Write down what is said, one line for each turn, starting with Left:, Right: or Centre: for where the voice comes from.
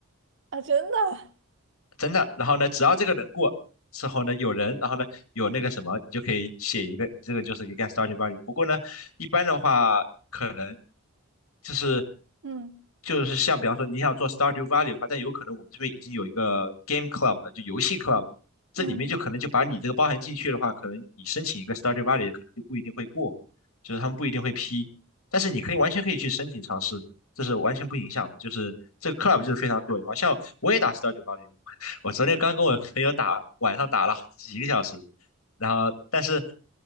Right: 啊，真的，
Left: 真的。然后呢，只要这个人过之后呢，有人，然后呢有那个什么，你就可以写一个，你这个就是一个 study value。不过呢，一般的话可能就是
Right: 嗯
Left: 就是像比方说你想做 s t a r d e v a l u e 的话，但有可能我们这边已经有一个 Game Club 了，就游戏 Club，这里面就可能就把你这个包含进去的话，
Right: 嗯
Left: 可能你申请一个 s t a r d e v a l u e 可能就不一定会过，就是他们不一定会批，但是你可以完全可以去申请尝试。这是完全不影响的，就是这个 club 就是非常多元化。像我也打 Stardew v a l u e 我昨天刚跟我朋友打，晚上打了几个小时，然后但是